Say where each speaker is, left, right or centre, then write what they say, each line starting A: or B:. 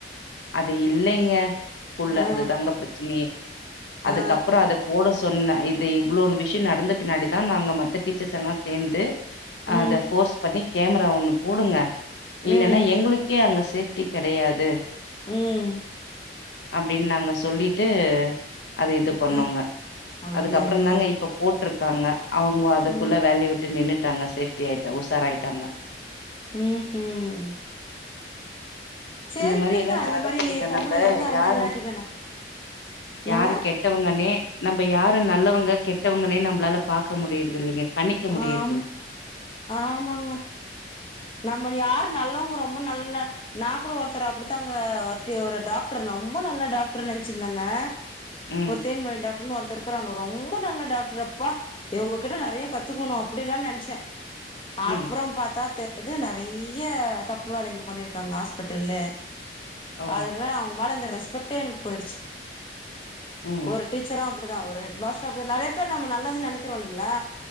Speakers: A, on the left; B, on the left.
A: அது இல்லைங்க ஸ்கூல்ல
B: ஆ
A: அது தாங்க பிரச்சனையே அதுக்கப்பறோ
B: ஆ
A: அத போட சொன்னே இது இவ்ளோ ஒன்னு விஷய நடந்த பின்னாடிதா நாங்க மத்த டீச்சர்ஸ் எல்லா சேர்ந்து
B: ம்
A: அத போர்ஸ் பண்ணி கேமரா ஒன்னு போடுங்க இல்லைன்னா
B: ம்
A: எங்களுக்கே அங்க சேஃப்டி கிடையாது
B: ம்
A: அப்டின்னு நாங்க சொல்லிட்டு அது இது பண்ணோங்க
B: ஆ அய்யய்யோ
A: அதுக்கப்பற தாங்க இப்ப போட்டிருக்காங்க அவங்க அதுக்குள்ள
B: ம்
A: வேலைய விட்டு நின்னுட்டாங்க சேஃப்டி ஆயிட்டா உசார ஆயிட்டாங்க
B: ம் ம் சேரி
A: இந்த மாறி
B: விடுங்க
A: எல்லா
B: அந்த
A: நடக்குதுங்க
B: மாரி பொம்பள
A: நம்ம
B: இருந்தா என்ன
A: யாருன்
B: இல்லாட்டிக்கென்ன என்னங்க
A: யாரே கெட் வங்கே நம்ம யாரும் நல்லவங்க கெட்டவங்கே நம்மளால பாக்க முடியுறது இல்லைங்க கணிக்க முடியுறதில்ல
B: ஆமா ஆமாங்க நம்ம யாரு நல்லவங்க ரொம்ப நல்ல நா கூட ஒருத்தர் அப்டித்தாங்க ஒரு ஒரு டாக்டர் ரொம்ப நல்ல டாக்டர் நினைச்சிருந்தங்க
A: ம்
B: ஒரு தேன்மொழி டாக்டர்னு ஒருத்தர் இருக்கிறாங்க ரொம்ப நல்ல டாக்டர் அப்பா இவங்ககிட்ட நெறைய கத்துக்கணு அப்படில்லா நினைச்சே அப்பற
A: ம்
B: பாத்தா தெரிது நெறைய தப்பு வேலைங்க பண்ணிருக்காங்க ஹாஸ்பிட்டல்ல
A: ஓ
B: அது அவங்க மேல இந்த ரெஸ்பெக்டே எனக்கு போயிடுச்சு
A: ம்
B: ஒரு டீச்சர அப்டி தா ஒரு ஹெட் மாஸ்டார நெறைய பேர் நம நல்லது நினைக்கிறோ இல்லங்களா